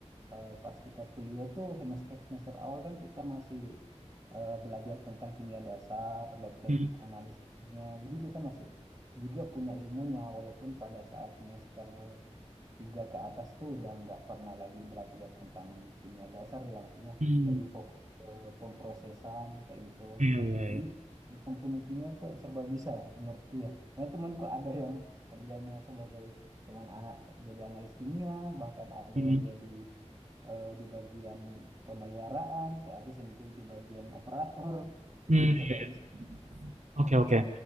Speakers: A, on the right; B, on the right.
A: eh, pas kita kuliah tuh semester-semester awal kan kita masih eh, belajar tentang kimia dasar, lab-lab
B: hmm,
A: analis kimia. Jadi kita masih juga punya ilmunya walaupun pada saat semester 3 ke atas tuh udah nggak pernah lagi belajar tentang kimia dasar yang artinya
B: hmm.
A: lebih fokus ke pemprosesan kayak gitu.
B: Iya, iya,
A: Jadi
B: iya.
A: tentang teknik kimia tuh serba bisa menurutku ya. Nah temanku ada yang kerjanya sebagai teman anak jadi analis kimia bahkan ada
B: Hmm,
A: yang jadi eh, di bagian pemeliharaan, kayak aku sendiri di bagian operator. Jadi
B: hmm,
A: itu sebab
B: iya, Oke, oke.